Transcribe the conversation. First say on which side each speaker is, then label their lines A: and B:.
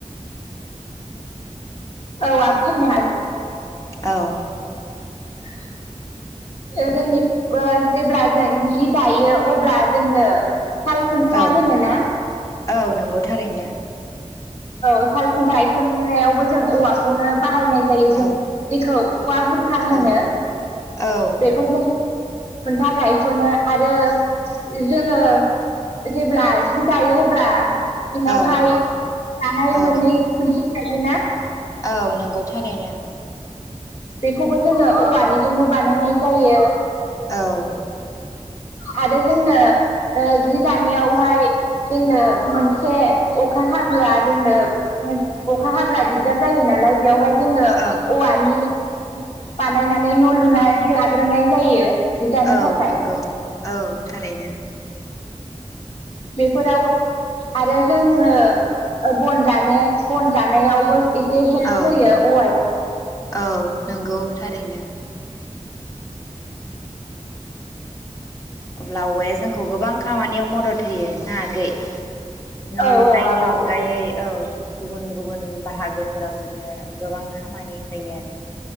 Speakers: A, on the left; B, on the left.
A: औ आब' <unintelligible>
B: औ
A: <inaudible> <unintelligible> जेब्ला जों जि दायो अब्ला जोंनो साल खुन्था
B: औ
A: होनो ना
B: औ नोंगौ थारैनो
A: औ सालखुन्था गायसननायावबो जों औवाखौनो बाहायनाय जायो जों
B: औ
A: बेखौ औवा बुरखा होनो
B: औ औ
A: बेखौ जों खुन्था गायस'नो आरो जोङो जेब्ला जि दायो अब्ला सिङाव
B: औ
A: हाय थानाय
B: औ
A: मोननै खुन्थि थायो ना
B: औ नोंगौ थारैनो
A: बेखौबो जोङो औवानिजोंनो बानायनाय जायो
B: औ
A: आरो जोंनो ओ जि दानायावहाय जोंनो मोनसे अखा हाब्ला जोंनो ओइ अखा हाब्ला दि दार जायो नालाय बेयावहाय जोङो
B: औ
A: औवानि बानायनानै न' लुना लाग्रोनाय जायो जि दानो
B: औ
A: थाखाय
B: नंगौ औ थारैनो
A: बेफोराव आरो जोंनो ओ बन जाने बन जानायावबो एसे हेल्प
B: औ
A: होयो औवाया
B: औ नोंगौ थारैनो अब्ला औवाया जोंखौ गोबां खामानियाव मदद होयो ना आगै न'
A: औ
B: लुनायनि
A: औ आब'
B: अनगायै
A: औ
B: औ गुबुन गुबुन बाहागोफोराव जोंनो गोबां खामानि होयो आरो